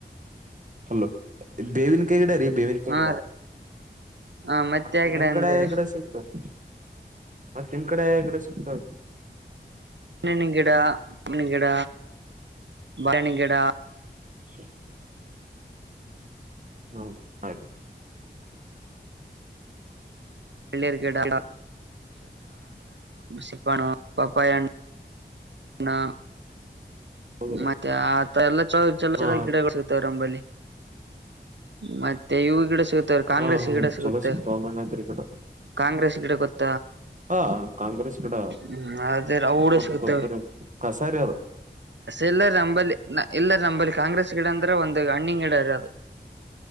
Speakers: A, on the right; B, on the right.
A: ಹಲೋ ಬೇವಿನ ಕಾಯಿ ಗಿಡ ರೀ ಬೇವಿನ ಕಾಯಿ
B: ಹಾ
A: ಗಿಡ
B: ಹ
A: ಮತ್ತೆ
B: ಆ ಗಿಡ
A: ನಿಮ್ ಕಡೆ
B: ಅಂದರಿ
A: ಹೆಗಡೆ ಸಿಗ್ತಾರೆ ಮತ್ತೆ ನಿಮ್ ಕಡೆ ಗಿಡ ಸಿಗ್ತಾವರಿ
B: ನಿಂಬೆಹಣ್ಣು ಗಿಡನಿ ಗಿಡ ಬಾಳೆಹಣ್ಣಿನ ಗಿಡ
A: <unintelligible> ಹ್ಮ ಸರಿ
B: ಪನೀರ್ ಗಗಿಡ <unintelligible> ಸಿಪ್ಪ ಪಪ್ಪಾಯ ಹಣ್ಣು <unintelligible>
A: ಹೌದಾ
B: ಮತ್ತೆ ಆತ ಎಲ್ಲಾ ಚಲೋ ಚಲೋ
A: ಹಾ
B: ಚಲೋ ಗಿಡಗಳು ಸಿಗ್ತವೆ ರಂಬಲ್ಲಿ ಮತ್ತತ್ತ ಇವು ಗಿಡ ಸಿಗುತ್ತರು ಕಾಂಗ್ರೆಸ್
A: ಹಾ
B: ಈ ಗಿಡ ಸಿಗುತ್ತೆ
A: ಚಲೋ ಸಿಗ್ತಾವ ಅಂದಂಗತ್ರಿ ಗಿಡ
B: ಕಾಂಗ್ರೆಸ್ ಗಿಡ ಗೊತ್ತ
A: ಹಾ ಕಾಂಗ್ರೆಸ್ ಕಡ
B: ಹ್ಮ್ ಅದೇ ಅವು ಕೂಡ
A: ಕೊತ್ತ
B: ಸಿಗುತ್ತವೆ
A: ಕೊತ್ತರಿ ಕಸಾರ ಅದ
B: ಎಲ್ಲರ ನಂಬಲ್ಲಿ ಎಲ್ಲರ ನಂಬಲ್ಲಿ ಕಾಂಗ್ರೆಸ್ ಗಿಡ ಅಂದ್ರೆ ಒಂದು ಹಣ್ಣಿ ಗಿಡರ ಅದು